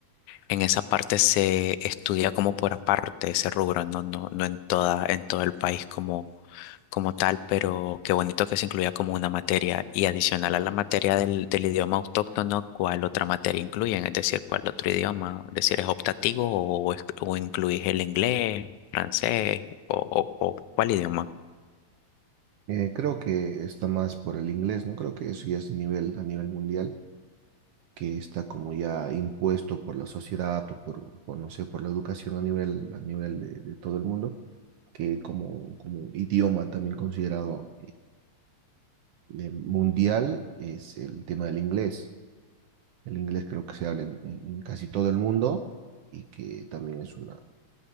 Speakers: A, on the left (about 85°); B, on the right (about 70°).
A: En esa parte se estudia como por aparte ese rubro, no, no, no en toda, en todo el país como, como tal, pero qué bonito que se incluya como una materia y adicional a la materia del, del idioma autóctono, ¿cuál otra materia incluyen? Es decir, ¿cuál otro idioma? Es decir, ¿es optativo o, es- o incluís el inglés, francés o, o, o cuál idioma?
B: Eh, creo que está más por el inglés, ¿no? Creo que eso ya es a nivel, a nivel mundial, que está como ya impuesto por la sociedad o por, por no sé, por la educación a nivel, a nivel de, de todo el mundo que como, como idioma también considerado eh, mundial es el tema del inglés. El inglés creo que se habla en, en- en casi todo el mundo y que también es una,